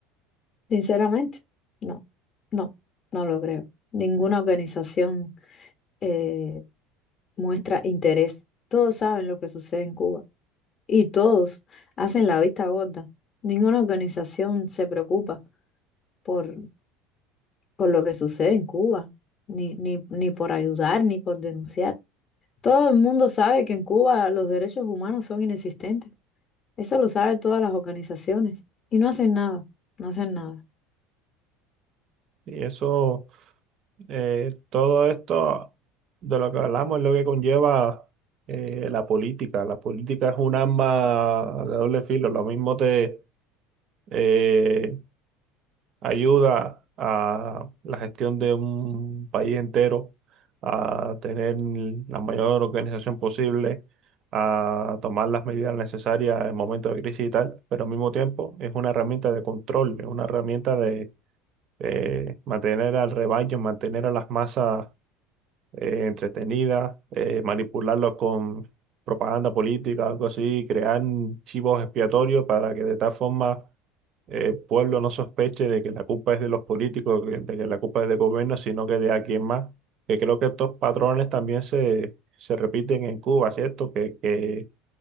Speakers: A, on the left; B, on the right.
A: Sinceramente, no, no, no lo creo. Ninguna organización. eh, muestra interés. Todos saben lo que sucede en Cuba y todos hacen la vista gorda. Ninguna organización se preocupa por, por lo que sucede en Cuba, ni, ni, ni por ayudar, ni por denunciar. Todo el mundo sabe que en Cuba los derechos humanos son inexistentes. Eso lo saben todas las organizaciones y no hacen nada, no hacen nada.
B: Y eso, eh, todo esto de lo que hablamos es lo que conlleva eh, la política. La política es un arma de doble filo. Lo mismo te eh, ayuda a la gestión de un país entero, a tener la mayor organización posible, a tomar las medidas necesarias en momentos de crisis y tal, pero al mismo tiempo es una herramienta de control, es una herramienta eh, mantener al rebaño, mantener a las masas eh, entretenidas, eh, manipularlos con propaganda política, algo así, crear chivos expiatorios para que de tal forma eh, el pueblo no sospeche de que la culpa es de los políticos, que- de que la culpa es del gobierno, sino que de alguien más. Que creo que estos patrones también se, se repiten en Cuba, ¿cierto? Que, que